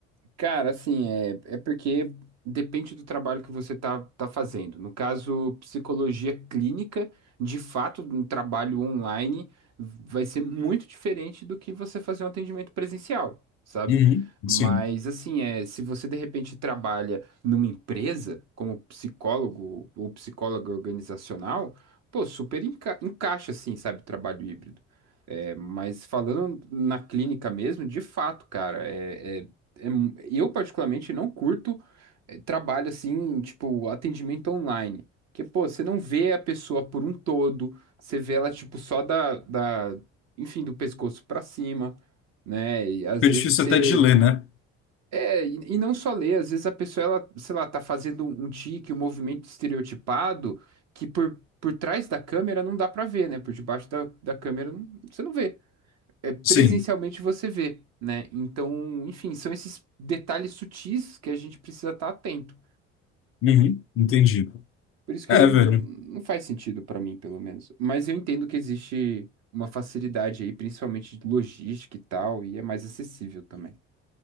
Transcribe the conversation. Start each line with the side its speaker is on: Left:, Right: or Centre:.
Right: Cara, assim, é, é porque depende do trabalho que você tá, tá fazendo. No caso, psicologia clínica, de fato, um trabalho online vai ser muito diferente do que você fazer um atendimento presencial, sabe?
Left: Uhum,
Right: Mas,
Left: sim.
Right: assim, é, se você de repente trabalha numa empresa como psicólogo ou psicóloga organizacional, pô, super enca- encaixa, assim, sabe, trabalho híbrido. É, Mas falando na clínica mesmo, de fato, cara, é, é- é eu particularmente não curto é, trabalho assim, tipo, atendimento online. Porque, pô, você não vê a pessoa por um todo, você vê ela, tipo, só da, da, enfim, do pescoço pra cima, né? E às
Left: Fica
Right: vezes
Left: difícil
Right: você.
Left: até de ler, né?
Right: É, e, e não só ler às vezes a pessoa, ela, sei lá, tá fazendo um, um tique, um movimento estereotipado que por, por trás da câmera não dá pra ver, né? Por debaixo da, da câmera não- você não vê é, presencialmente
Left: Sim.
Right: você vê, né? Então, enfim, são esses detalhes sutis que a gente precisa estar atento.
Left: Uhum, entendi.
Right: Por isso que
Left: É,
Right: não,
Left: velho.
Right: não faz sentido para mim, pelo menos. Mas eu entendo que existe uma facilidade aí, principalmente de logística e tal, e é mais acessível também.